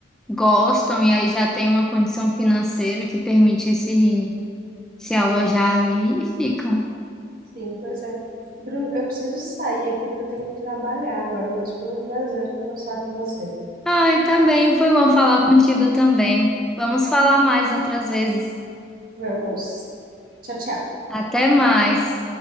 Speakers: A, in the centre; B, on the right (about 45°).
A: gostam e aí já tem uma condição financeira que permite se, se alojar ali e ficam.
B: Sim, pois é. Bru, eu preciso sair aqui porque eu tenho que trabalhar agora, mas foi um prazer conversar com você.
A: Ai, tá bem, foi bom falar contigo também. Vamos falar mais outras vezes.
B: Vamos. Tchau, tchau.
A: Até mais.